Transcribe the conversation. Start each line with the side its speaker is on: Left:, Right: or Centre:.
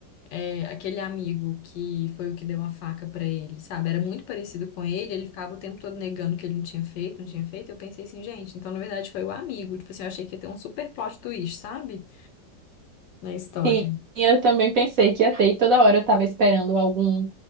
Left: é, aquele amigo que foi o que deu a faca pra ele, sabe? Era muito parecido com ele, ele ficava o tempo todo negando que ele não tinha feito, não tinha feito, eu pensei assim, gente, então na verdade foi o amigo, tipo assim, eu achei que ia ter um super plot twist, sabe? Na história.
Right: Sim, eu também pensei que ia ter, e toda hora eu estava esperando algum,